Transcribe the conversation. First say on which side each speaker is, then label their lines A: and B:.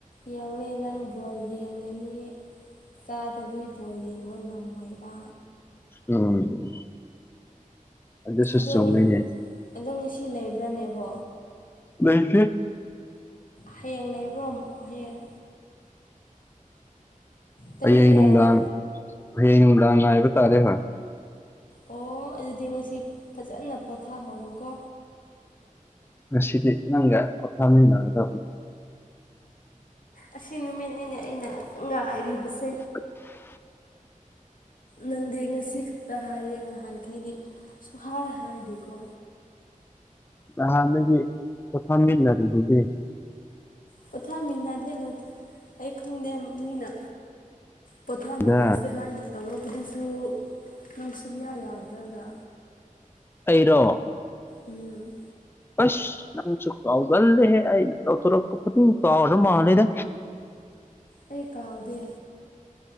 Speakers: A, on the left; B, on the left.
A: ꯌꯦꯡꯅꯦ ꯅꯪ ꯕꯣꯜ ꯌꯦꯡꯉꯅꯤ ꯆꯥꯗꯗꯤ ꯕꯣꯜ ꯌꯦꯡꯕ ꯉꯝꯃꯣꯏꯕꯥ
B: ꯎꯝ ꯑꯗꯨꯁꯨ
A: ꯑꯗꯣ
B: ꯆꯨꯝꯃꯤꯅꯦ
A: ꯑꯗꯣ ꯉꯁꯤ ꯂꯩꯕ꯭ꯔꯅꯦꯕꯣ
B: ꯂꯩꯈꯤ
A: ꯍꯌꯦꯡ ꯂꯩꯕ꯭ꯔꯣ ꯍꯌꯦꯡ ꯇꯔꯦꯠ
B: ꯍꯌꯦꯡ
A: ꯀꯌꯥꯗ
B: ꯅꯨꯡꯗꯥꯡ ꯍꯌꯦꯡ ꯅꯨꯡꯗꯥꯡ ꯉꯥꯏꯕ ꯇꯥꯔꯦ ꯍꯣꯏ
A: ꯑꯣ ꯑꯗꯨꯗꯤ ꯉꯁꯤ ꯐꯖꯅ ꯄꯣꯊꯥꯍꯧꯔꯣꯀꯣ
B: ꯉꯁꯤꯗꯤ ꯅꯪꯒ ꯍꯞꯇꯥꯥ ꯃꯒꯗꯧ
A: ꯑꯁꯤ ꯅꯨꯃꯤꯠꯅꯤꯅꯦ ꯑꯩꯅ ꯉꯥꯏꯔꯤꯕꯁꯦ
B: ꯑ <unintelligible>
A: ꯅꯪꯗꯤ ꯉꯁꯤ ꯈꯛꯇ ꯍꯥꯏꯌꯦ ꯅꯍꯥꯟꯈꯩꯒꯤ ꯁꯨꯍꯥꯏꯔ ꯍꯥꯏꯗꯤꯀꯣ
B: ꯑꯜꯗꯒꯤ ꯄꯨꯊꯝꯂꯔ ꯑꯗꯨꯗꯤ
A: ꯄꯣꯊꯥꯃꯤꯟꯅꯗꯦ ꯑꯩ ꯈꯪꯗꯦ ꯃꯤꯅ ꯄꯣꯊꯥꯃꯤꯟꯅꯁꯦ
B: ꯗ
A: ꯍꯥꯏꯅ ꯇꯧꯔꯛꯄꯗꯨꯁꯨ ꯅꯨꯡ ꯁꯨꯡꯌꯥ ꯌꯥꯗ꯭ꯔꯒ
B: ꯑꯩꯔꯣ
A: ꯎꯝ
B: ꯑꯁ ꯅꯪꯁꯨ ꯀꯥꯎꯒꯜꯂꯦꯍꯦ ꯑꯩꯅ ꯇꯧꯊꯣꯔꯛꯄ ꯈꯨꯗꯤꯡ ꯀꯥꯎꯔꯗ ꯃꯥꯜꯂꯦꯗ
A: ꯑꯩ ꯀꯥꯎꯗ